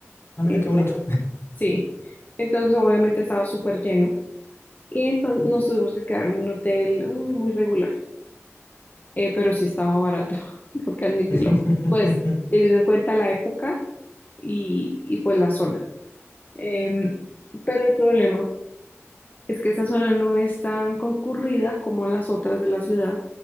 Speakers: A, on the left; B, on the left.
A: Ah, mira
B: Entonces,
A: qué bonito.
B: Sí, entonces obviamente estaba súper lleno y entonces nos tuvimos que quedar en un hotel mm, muy regular, eh, pero sí estaba barato, <laughs> tengo que admitirlo,
A: <laughs>
B: pues teniendo en cuenta la época y, y, pues la zona. Em, pero el problema es que esa zona no es tan concurrida como las otras de la ciudad,